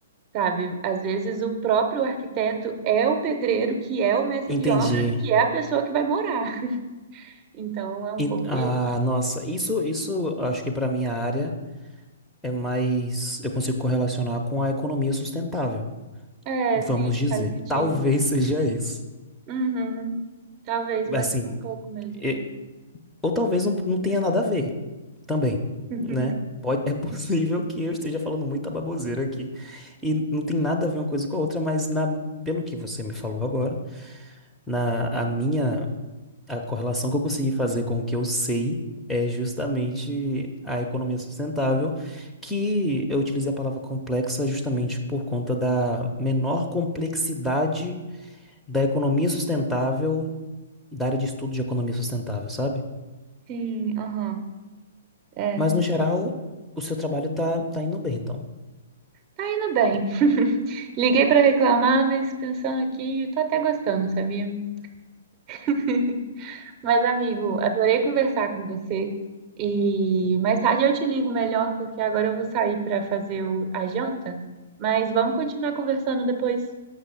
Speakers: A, on the right (about 30°); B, in the centre.
A: sabe? Às vezes o próprio arquiteto é o pedreiro, que é o mestre
B: entendi.
A: de obras, que é a pessoa que vai morar. Então é um
B: En-
A: pouco
B: ah,
A: isso.
B: nossa, isso, isso acho que para minha área é mais. Eu consigo correlacionar com a economia sustentável,
A: É,
B: vamos
A: sim,
B: dizer.
A: faz sentido.
B: Talvez seja isso.
A: Uhum. Talvez, pode
B: Assim,
A: ser um pouco mesmo.
B: e- ou talvez não, não tenha nada a ver. Também,
A: <laughs>
B: né? Pode, é possível que eu esteja falando muita baboseira aqui. E não tem nada a ver uma coisa com a outra, mas na, pelo que você me falou agora, na, a minha, a correlação que eu consegui fazer com o que eu sei é justamente a economia sustentável, que eu utilizei a palavra complexa justamente por conta da menor complexidade da economia sustentável, da área de estudo de economia sustentável, sabe?
A: Sim, aham. É,
B: Mas no geral, o seu trabalho tá, tá indo bem, então.
A: tá indo bem. <laughs> Liguei pra reclamar, mas pensando aqui, eu tô até gostando, sabia? <laughs> Mas, amigo, adorei conversar com você. E mais tarde eu te ligo melhor, porque agora eu vou sair pra fazer o- a janta. Mas vamos continuar conversando depois.